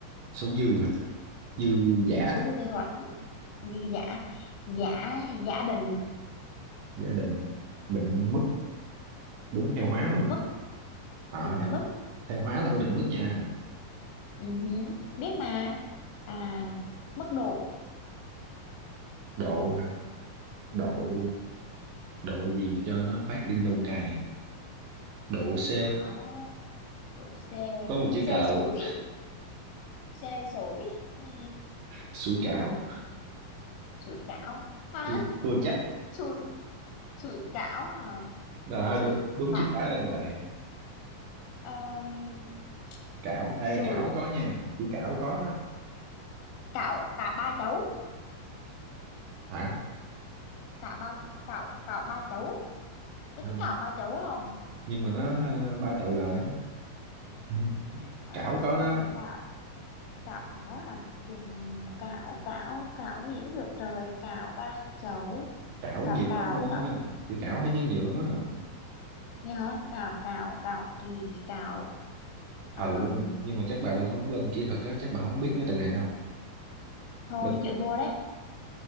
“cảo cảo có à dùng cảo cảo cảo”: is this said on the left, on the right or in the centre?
Left